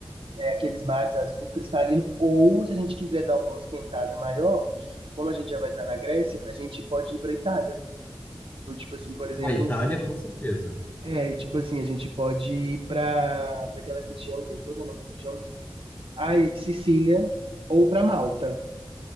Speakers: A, on the right (about 65°); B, on the left (about 20°).
A: é, aqueles mares azul cristalino. Ou se a gente quiser dar uma ostentada maior, como a gente já vai estar na Grécia, a gente pode ir para Itália. Ou, tipo assim, por exemplo,
B: A Itália, com certeza.
A: é, tipo assim, a gente pode ir para aquela região, gente, qual que é o nome da região? aí, Sicília ou para Malta,